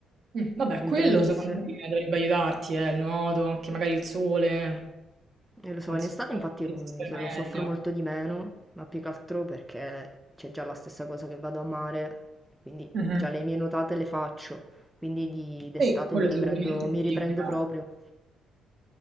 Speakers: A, on the right; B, in the centre.
A: Mm, Vabbè, quello
B: In primis.
A: secondo me dovrebbe aiutarti, eh, il nuoto, anche magari il sole.
B: Eh, lo so,
A: Penso
B: in estate
A: che
B: infatti
A: resistere
B: mm, se-
A: meglio.
B: lo soffro molto di meno, ma più che altro perché c'è già la stessa cosa che vado a mare, quindi
A: Mhm.
B: già le mie nuotate le faccio, quindi di- d'estate
A: Sì, quello
B: mi riprendo,
A: sicuramente
B: mi
A: ti
B: riprendo
A: aiuta.
B: proprio.